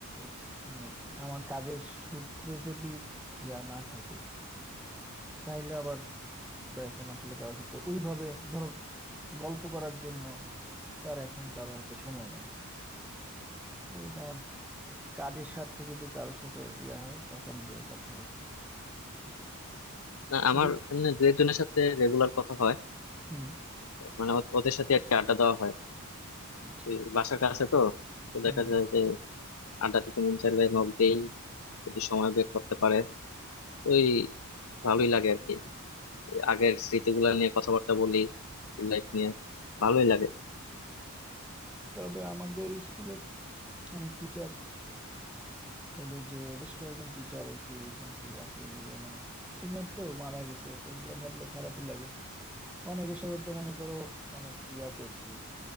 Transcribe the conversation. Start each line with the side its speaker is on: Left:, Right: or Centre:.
Centre: এক মানে আমার কাজের সূত্রে যদি ইয়া না থাকে তাইলে আবার তো এখন আসলে কারোর সাথে ওইভাবে ধরো গল্প করার জন্য তার এখন কারোর হাতে সময় নেই তাহলে তোমার কাজের স্বার্থে যদি কারোর সাথে ইয়া হয় তখন যে কথা হয়
Left: না, আমার
Centre: তবে ইস-
Left: এমনি দু একজনের সাথে রেগুলার কথা হয়
Centre: হুম
Left: মানে ও- ওদের সাথে আর কি আড্ডা দেওয়া হয়
Centre: আচ্ছা
Left: এই বাসার কাছে তো তো
Centre: হুম
Left: দেখা যায় যে আড্ডা দিতে মন চাইলে নক দেই যদি সময় বের করতে পারে ওই ভালোই লাগে আর কি আগের স্মৃতিগুলো নিয়ে কথাবার্তা বলি লাইফ নিয়ে ভালোই লাগে
Centre: তবে আমাদের স্কুলের অনেক টিচার হলো যে বেশ কয়েকজন টিচার আর কি রিসেন্টলি আস্তে ধীরে মানে সিনিয়র তো মারা গেছে তো এগুলো ভাবলে খারাপই লাগে অনেকের সাথে তো মনে করো অনেক ইয়া করছি